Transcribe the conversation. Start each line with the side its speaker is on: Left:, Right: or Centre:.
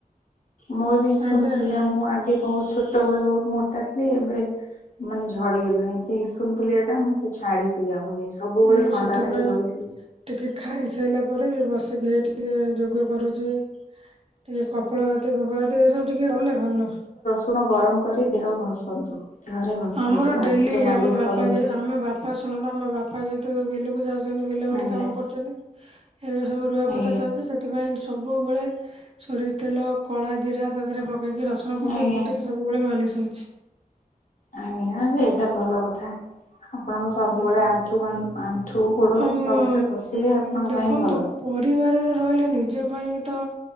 Left: ମୁଁ ବି ଶୁଣିଥିଲିଆ
Right: ଆଜ୍ଞା ଆଜ୍ଞା
Left: ମୁଁ ଆଗେ ବହୁତ ଛୋଟବେଳେ ବହୁତ ମୋଟା ଥିଲି ଏବେ ମାନେ ଝଡିଗଲେଣି ସେ ଇସୁନ ପୁଲିଆ ଟା ମତେ ଛାଡିକି ଯାଉନି। ସବୁବେଳେ
Right: ମୁଁ
Left: ଥଣ୍ଡା
Right: ସେଥିପାଇଁ
Left: ଲାଗି ରହୁଛି।
Right: ଟିକେ ଖାଇସାରିଲା ପରେ ବି ବସିକି ହେଇ ଟିକେ ଯୋଗ କରୁଛି। ଟିକେ କପଳପାତି ଫୋପାଳପାତି ଏ ସବୁ ଟିକେ କଲେ ଭଲ।
Left: ଲୁଣ ଗରମ କରି ଦେହ ଘଷନ୍ତୁ। ଦେହରେ ଘଷନ୍ତୁ
Right: ଆମର ଡେଲି
Left: ଆଣ୍ଠୁରେ ମାଲିସ
Right: ଆମ ବାପା
Left: କରନ୍ତୁ
Right: ଯେ ଆମେ ବାପା ଶୁଣନ୍ତୁ ଆମ ବାପା ଯେତେ ବିଲକୁ ଯାଉ ବିଲ ବାଡି
Left: ଆଜ୍ଞା
Right: କାମ କରୁଛନ୍ତି ଏବେ ସବୁ ରୁଆପତା
Left: ଆଜ୍ଞା।
Right: ଚାଲିଚି ସେଥିପାଇଁ ସବୁବେଳେ ସୋରିଷ ତେଲ କଳା ଜିରା ତା ଦେହରେ ପକେଇକି ରସୁଣ ପକେଇି
Left: ଆଜ୍ଞା
Right: ଫୁଟେଇକି ସବୁବେଳେ ମାଲିସ ହଉଛି।
Left: ଆଜ୍ଞା ଯେ ଏଇଟା ଭଲ କଥା। ଆପଣଙ୍କ ସବୁବେଳେ
Right: ଆଜ୍ଞା।
Left: ଆଣ୍ଠୁ ଗ ଆଣ୍ଠୁ ଗୋଡ
Right: ଆଉ ଉଁ,
Left: ସବୁଥିରେ ଘଷିବେ ଆପଣଙ୍କ
Right: ଦେଖନ୍ତୁ
Left: ପାଇଁ ଭଲ।
Right: ପରିବାରରେ ରହିଲେ ନିଜ ପାଇଁ ତ